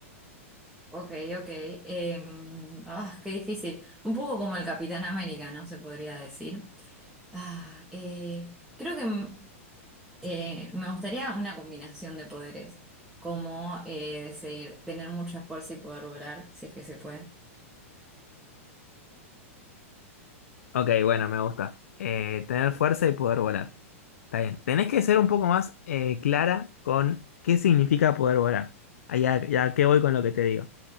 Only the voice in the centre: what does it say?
ok, ok. Em, ah, qué difícil. Un poco como el Capitán América, ¿no? Se podría decir. Ah, eh, creo que mm, eh, me gustaría una combinación de poderes, como eh, decir, tener mucha fuerza y poder volar, si es que se puede.